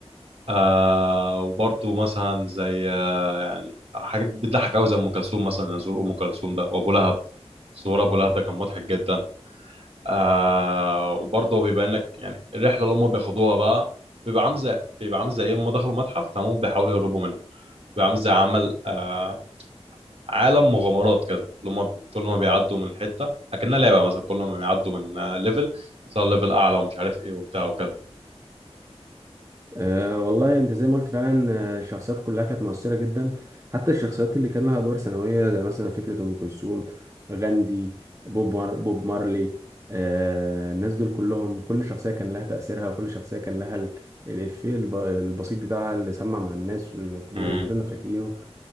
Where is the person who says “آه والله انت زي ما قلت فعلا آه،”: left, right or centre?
Right